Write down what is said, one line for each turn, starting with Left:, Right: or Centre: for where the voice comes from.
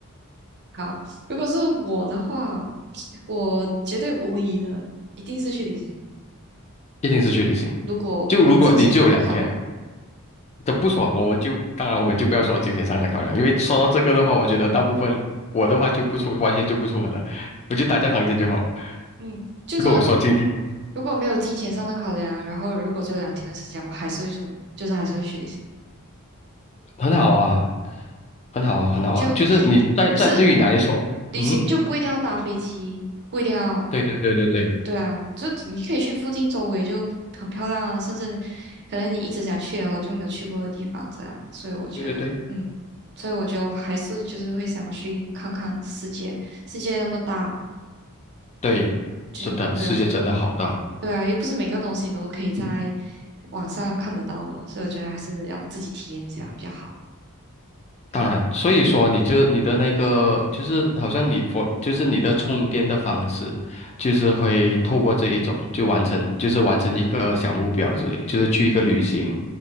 Right: 好，如果是我的话，我绝对无疑的，一定是去旅行。
Left: 一定是去旅行。
Right: 就如果没有金钱上的考量，
Left: 就如果你只有两天，这不说，我们就当然我们就不要说金钱上的考量，因为说到这个的话，我觉得大部分我的话就不出，
Right: 嗯
Left: 完全就不出门了，我就待在房间就好。
Right: 嗯，就算
Left: 如果我说经济
Right: 如果没有金钱上的考量，然后如果只有两天的时间，我还是会出门就是还是会去旅行。
Left: 很好啊，很好啊，很好啊，
Right: 就
Left: 就是你在在对于你来说，
Right: 不是旅行就不一定要搭飞机，
Left: 嗯，
Right: 不一定要，
Left: 对对对对对
Right: 对啊，就你可以去附近周围就很漂亮啊，甚至可能你一直想去然后就没有去过的地方这样。所以我觉得，
Left: 对对对
Right: 嗯，所以我觉得我还是就是会想要去看看世界，世界那么大，
Left: 对，
Right: 就对啊，
Left: 真的世界真的好大。
Right: 对啊，又不是每个东西都可以在网上看得到的，所以我觉得还是要自己体验一下比较好。
Left: 当然，
Right: 嗯，
Left: 所以说你就你的那个就是好像你佛就是你的充电的方式，就是会透过这一种就完成就是完成一个小目标之类，就是去一个旅行，